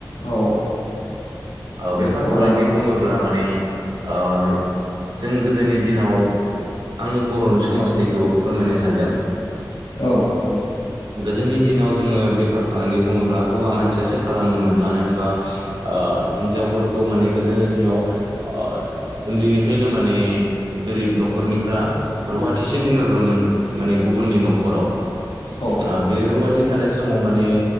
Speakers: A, on the left; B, on the right.
A: औ औ
B: ओ बेफार
A: अब्ला
B: फालांगि
A: नों
B: बुङोब्ला माने ओ जों गोदोनि दिनाव आं बर'नि समाजनिखौ फोरमायनो सानदों।
A: औ फोरमायदो।
B: गोदोनि दिनाव जोङो बेफार फालांगि बुङोब्ला हौवा मानसियासो खालामोमोन। मानो होनबा ओ हिनजावफोरखौ माने गोदोनियाव ओ ओन्दैनिफ्रायनो माने गोरिब न'खरनिफ्रा रुवाथिसो दोनहरोमोन माने गुबुननि न'खराव।
A: औ
B: ओ बे रुवाथि थानाय समाव माने